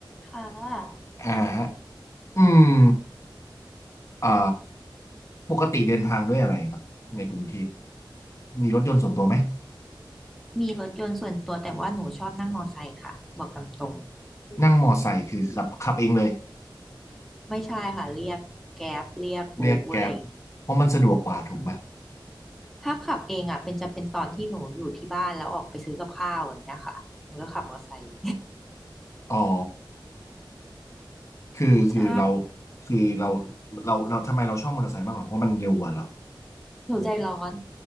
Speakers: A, in the centre; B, on the left.
A: ค่ะ
B: อ่าฮะอืมอ่าปกติเดินทางด้วยอะไรครับในกรุงเทพมีรถยนต์ส่วนตัวไหม
A: มีรถยนต์ส่วนตัวแต่ว่าหนูชอบนั่งมอไซค์ค่ะบอกตามตรง
B: นั่งมอไซค์คือขับขับเองเลย
A: ไม่ใช่ค่ะเรียกแกร็บเรียกโบว์อะไรอย่าง
B: เรียกแกร็บเพราะมันสะดวกกว่าถูกปะ
A: ถ้าขับเองอ่ะเป็นจะเป็นตอนที่หนูอยู่ที่บ้านแล้วออกไปซื้อกับข้าวอย่างเงี้ยค่ะหนูก็ขับมอไซค์
B: อ๋อคือคือเรา
A: <laughs> ใช่
B: คือเราเราเราทำไมเราชอบมอเตอร์ไซค์มากกว่าเพราะมันเร็วกว่าเหรอ
A: หนูใจร้อน